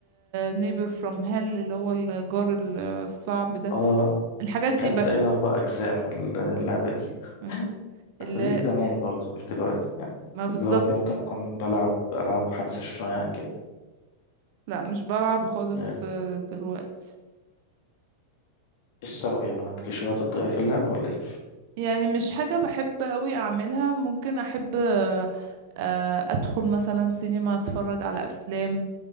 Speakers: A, on the right (about 50°); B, on the left (about 50°).
A: نيبر فروم هيل اللي هو الجار ال- الصعب ده
B: اه
A: الحاجات دي
B: لعبت
A: بس
B: تقريبا أربع أجزاء من اللعبة دي
A: مم.
B: <laughs> بس
A: اللي
B: دي زمان برضه مش دلوقتي يعني
A: ما
B: دلوقتي
A: بالظبط
B: ممكن أكون بلعب ألعاب حديثة شوية عن كده
A: لا مش بلعب خالص
B: آه،
A: آه، دلوقتي
B: إيش السبب يعني ما عندكش وقت تضيع في اللعب ولا إيه؟
A: يعني مش حاجة بحب قوي أعملها ممكن أحب آه، آه، أدخل مثلا سينما أتفرج على أفلام